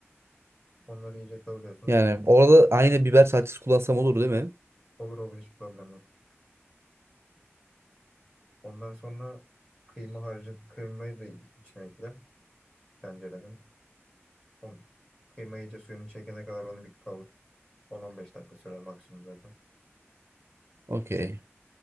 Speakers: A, on the left (about 20°); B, on the right (about 65°).
A: Onları iyice kavuruyorsun.
B: Yani orada aynı biber salçası kullansam olur değil mi?
A: Olur olur hiç problem yok. Ondan sonra kıyma harcı, kıymayı da içine ekle tencerenin. On, kıyma iyice suyunu çekene kadar onu bir kavur. 10-15 dakika sürer maksimum zaten.
B: Okey.